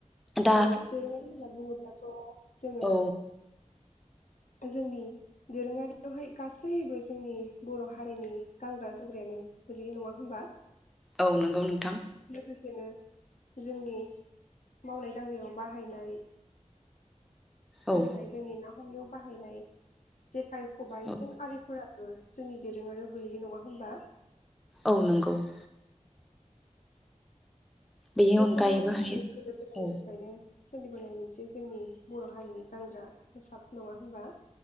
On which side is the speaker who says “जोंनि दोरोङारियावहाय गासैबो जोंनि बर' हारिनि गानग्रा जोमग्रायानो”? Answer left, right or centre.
Left